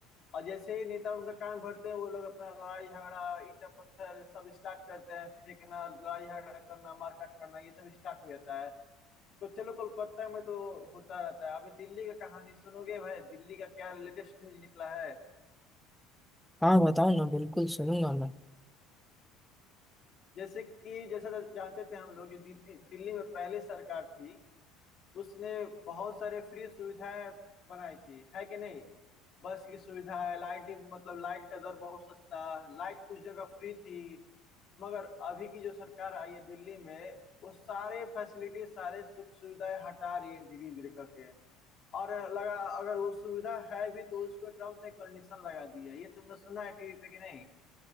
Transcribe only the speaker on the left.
और जैसे ही नेता उनका कान भरते हैं वो लोग अपना लड़ाई झगड़ा ईटा पत्थर सब स्टार्ट करते हैं फेंकना लड़ाई झगड़ा करना मारकाट करना ये सब स्टार्ट हो जाता है तो चलो कोलकाता में तो होता रहता है अभी दिल्ली का कहानी सुनोगे भाई दिल्ली का क्या लेटेस्ट न्यूज निकला है
जैसे कि जैसा जानते थे हम लोग जो दी- दिल्ली में पहले सरकार थी उसने बहुत सारे फ्री सुविधाएं बनाई थी है कि नहीं बस की सुविधा है लाइट मतलब लाइट का दर बहुत सस्ता लाइट कुछ जगह फ्री थी मगर अभी की जो सरकार आई है दिल्ली में वो सारे फैसिलिटी सारे सुख सुविधाएं हटा रही है धीरे धीरे करके और लगा अगर वो सुविधा है भी तो उसमें टर्म्स एंड कंडीशन लगा दी है ये तुमने सुना है टीवी पे कि नहीं